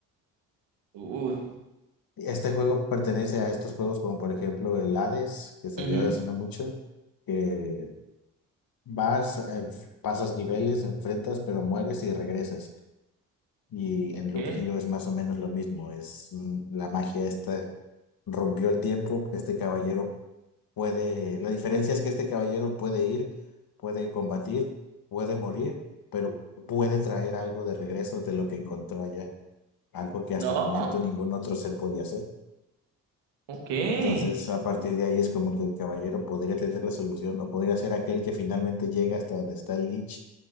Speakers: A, on the right; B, on the left.
A: uh,
B: Este juego pertenece a estos juegos como por ejemplo el Hades, que salió
A: ujú,
B: hace no mucho, que Vas, enf- pasas niveles, enfrentas, pero mueres y regresas. Y
A: ok.
B: en Loop Hero es más o menos lo mismo. Es mm, la magia esta rompió el tiempo. Este caballero puede. La diferencia es que este caballero puede ir, puede combatir, puede morir, pero puede traer algo de regreso de lo que encontró allá. Algo que hasta
A: No,
B: el momento ningún otro ser podía hacer.
A: ok.
B: Entonces, a partir de ahí es como que el caballero podría tener la solución o podría ser aquel que finalmente llega hasta donde está el Lich